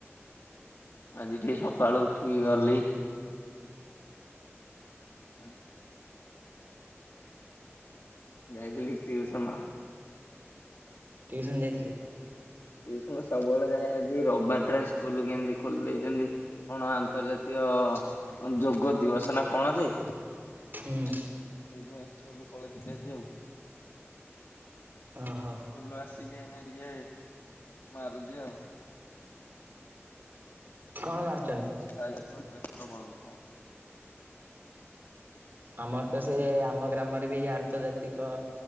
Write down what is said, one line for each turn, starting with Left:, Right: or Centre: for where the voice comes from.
Left: ଆଜି ଟିକେ ସକାଳୁ ଉଠିକି ଗଲି ଆ ଯାଇିଥିଲି ଟିଉସନ।
Right: ଟିଉସନ୍ ଯାଇଥିଲି।
Left: ଟିଉସନ ସବୁବେଳେ ଯାଏ ଆଜି ରବିବାର ଟା ସ୍କୁଲ କେମତି ଖୋଲି ଦେଇଛନ୍ତି। କଣ ଆନ୍ତର୍ଜାତୀୟ ଯୋଗ ଦିବସ ନା କଣ ଯେ ସେଇଥି
Right: ହୁଁ।
Left: ପାଇଁ ସ୍କୁଲୁ ପଳେଇଥିଲି ଆଜି ଆଉ।
Right: ଅ ହ।
Left: ସ୍କୁଲରୁ ଆସିକି ଏଇନା ଟିକେ ମାରୁଚି ଆଉ।
Right: କଣ ମାରୁଛନ୍ତି?
Left: ସାଇକଲ ପ୍ରେଶର ପଳେଇଥିଲା।
Right: ଆମର ତ ସେଇ ଆମ ଗ୍ରାମରେ ବି ଆନ୍ତର୍ଜାତିକ